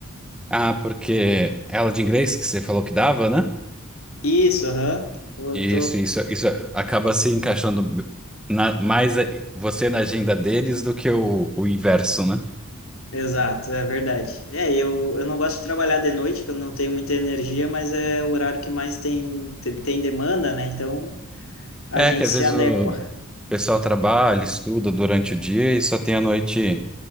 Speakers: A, in the centre; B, on the left.
A: Ah, porque é aula de inglês que você falou que dava, né?
B: Isso, aham. Eu
A: Isso,
B: Tô,
A: isso, isso acaba se encaixando b- na- mais a- você na agenda deles do que o, o inverso, né?
B: Exato, é verdade. É, e eu, eu não gosto de trabalhar de noite, que eu não tenho muita energia, mas é o horário que mais tem, tem tem demanda, né? Então a
A: É
B: gente
A: que às
B: se
A: vezes
B: adequa.
A: o pessoal trabalha, estuda durante o dia e só tem a noite